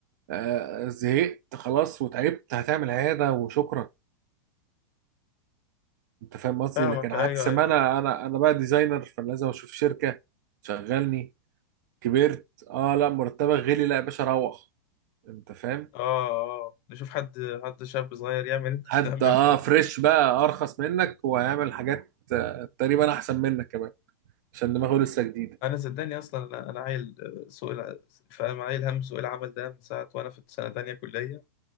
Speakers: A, on the right; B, on the left.
A: آه، زهقت خلاص وتعبت هتعمل عياده وشكرا انت فاهم قصدي
B: فاهمك
A: لكن عكس
B: ايوه
A: ما
B: ايوه
A: انا
B: ايوه
A: انا انا بقى ديزاينر فلازم اشوف شركه شغلني كبرت اه لا مرتبك غلي لا يا باشا روح انت فاهم
B: اه اه نشوف حد حد شاب صغير يعمل انت
A: حد
B: بتعمله
A: اه
B: ولا
A: فريش بقى ارخص منك وهيعمل حاجات آه، تقريبا احسن منك كمان عشان دماغه لسه جديده
B: انا صدقني اصلا انا انا عيل آه، سوق الع- فاهم عيل هم سوق العمل ده من ساعه وانا في سنه تانية كليه